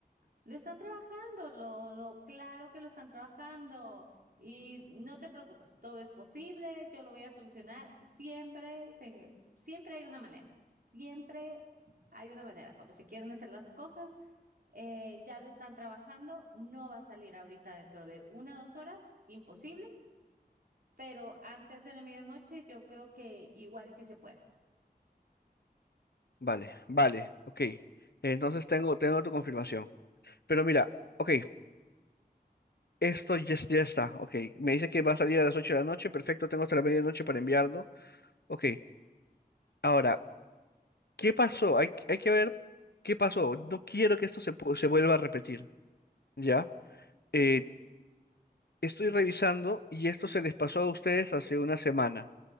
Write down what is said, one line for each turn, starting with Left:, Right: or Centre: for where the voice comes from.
Right: Lo están trabajando, lo, lo claro que lo están trabajando y no te preocupes, todo es posible, yo lo voy a solucionar. Siempre, se- siempre hay una manera, siempre hay una manera. Cuando se quieren hacer las cosas, Eh, ya lo están trabajando, no va a salir ahorita dentro de una o dos horas, imposible, pero antes de la medianoche yo creo que igual y sí se puede.
Left: Vale, vale, ok. Entonces tengo, tengo tu confirmación. Pero mira, ok, esto ya, es- ya está, ok. Me dice que va a salir a las 8 de la noche, perfecto, tengo hasta la medianoche para enviarlo. Ok, ahora, ¿qué pasó? Hay, que- hay que ver qué pasó. No quiero que esto se, pu- se vuelva a repetir, ¿ya? Eh, estoy revisando y esto se les pasó a ustedes hace una semana.